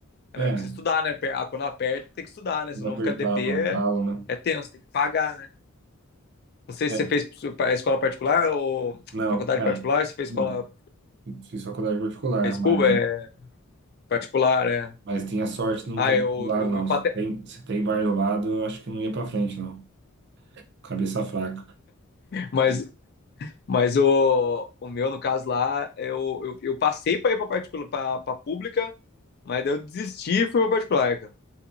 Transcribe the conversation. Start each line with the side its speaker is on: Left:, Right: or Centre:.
Left: a
Right: é,
Left: galera precisa estudar, né, quando aperta tem que estudar, né,
Right: quando
Left: senão
Right: apertava
Left: ficar DP é,
Right: o calo, né?
Left: é tenso, tem que pagar, né. Não sei
Right: É,
Left: se você fez escola particular ou
Right: não,
Left: faculdade
Right: não,
Left: particular, se fez
Right: não.
Left: escola,
Right: Fiz faculdade particular,
Left: fez
Right: mas,
Left: pública, é particular, é.
Right: mas tinha sorte de não
Left: Ah,
Right: ter bar
Left: eu,
Right: do lado,
Left: eu,
Right: não.
Left: eu
Right: Se
Left: pate...
Right: tem, se tem bar do lado, eu acho que não ia pra frente, não. Cabeça fraca.
Left: mas Mas o, o meu, no caso lá, eu, eu, eu passei para ir para particular, para pública, mas daí eu desisti e fui para particular, cara.